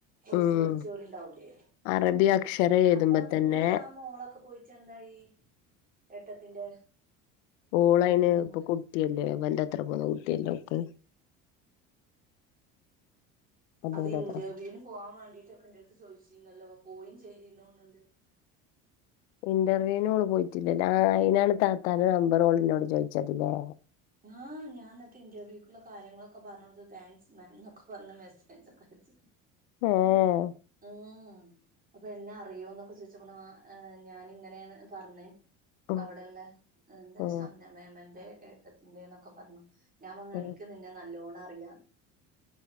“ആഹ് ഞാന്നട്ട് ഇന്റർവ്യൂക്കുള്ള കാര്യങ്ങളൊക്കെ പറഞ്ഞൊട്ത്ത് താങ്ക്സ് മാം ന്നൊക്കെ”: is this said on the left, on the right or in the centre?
Right